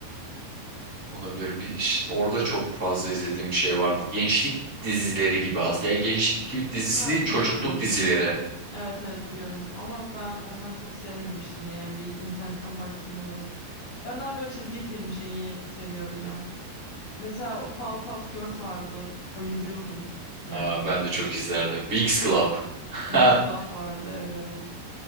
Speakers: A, on the right (about 20°); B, on the left (about 45°).
A: Olabilir. Bir, iş- orada çok fazla izlediğim şey vardı. Gençlik dizileri gibi aslında. Yani gençlik gibi dizisi
B: Ha,
A: değil,
B: biliyorum.
A: çocukluk dizileri.
B: Evet evet biliyorum. Ama ben onları çok sevmemiştim de. Yani bir internetten baktığımda da. Ben daha böyle çizgi film şeyi seviyorum ya. Mesela Powerpuff Girls vardı. Bayılıyordum. Yani.
A: Aa, ben de çok izlerdim. Winx Club. <laughs>
B: Winx Club vardı evet.